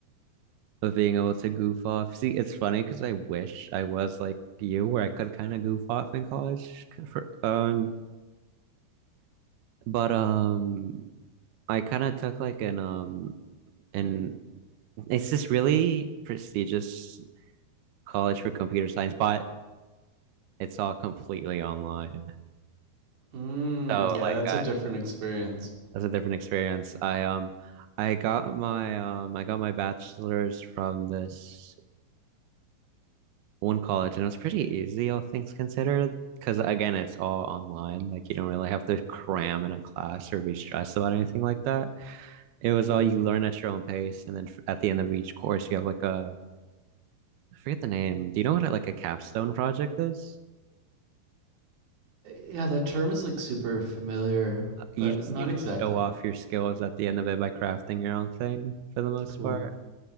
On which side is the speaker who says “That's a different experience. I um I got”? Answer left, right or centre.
Right